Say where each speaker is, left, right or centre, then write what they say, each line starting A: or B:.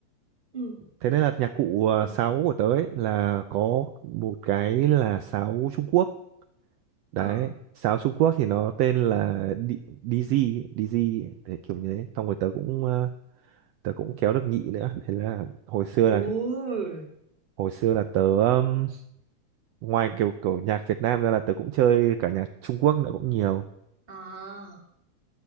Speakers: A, on the right; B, on the right.
A: Ừ.
B: thế nên là nhạc cụ ờ, sáo của tớ ấy là có một cái là sáo Trung Quốc đấy
A: Ờ.
B: sáo Trung Quốc thì nó tên là D- DZ ấy, DZ ấy, đấy, kiểu như thế xong rồi tớ cũng ờ, tớ cũng kéo được nhị nữa thế là hồi xưa
A: Ôi.
B: là hồi xưa là tớ um, ngoài kiểu kiểu nhạc Việt Nam ra là tớ cũng chơi cả nhạc Trung Quốc nữa cũng nhiều
A: À.